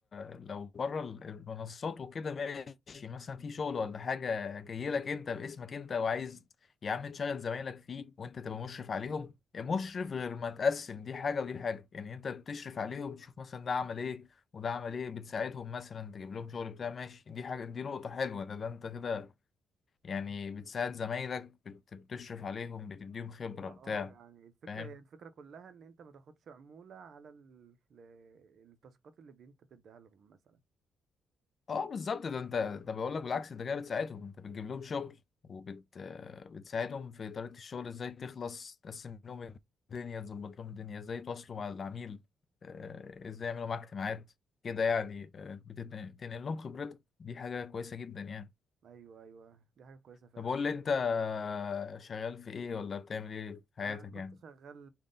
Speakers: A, on the left; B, on the right.
A: ال- لو بره ال- المنصات وكده ماشي مثلا في شغل ولا حاجة جاي لك انت باسمك انت وعايز يا عم تشغل زمايلك فيه وانت تبقى مشرف عليهم مشرف غير ما تقسم دي حاجة ودي حاجة يعني انت بتشرف عليهم تشوف مثلا ده عمل ايه وده عمل ايه بتساعدهم مثلا تجيب لهم شغل بتاع ماشي دي حاجة دي نقطة حلوة ده, ده انت كده يعني بتساعد زمايلك بت- بتشرف عليهم بتديهم خبرة
B: اه
A: بتاع
B: يعني الفكرة
A: فاهم
B: هي الفكرة كلها ان انت ما تاخدش عمولة على ال... ال- التاسكات اللي بي- انت بتديها لهم مثلا
A: اه بالظبط ده انت ده بقول لك بالعكس انت كده بتساعدهم انت بتجيب لهم شغل وبت آه، بتساعدهم في طريقة الشغل ازاي تخلص تقسم لهم الدنيا تظبط لهم الدنيا ازاي يتواصلوا مع العميل آه، ازاي يعملوا معاك اجتماعات كده يعني آه، بتت- بتنقل لهم خبرتك دي حاجة كويسة جدا يعني
B: ايوه ايوه دي حاجة كويسة فعلا
A: طب قول لي انت شغال في ايه ولا بتعمل ايه في حياتك
B: انا كنت
A: يعني
B: شغال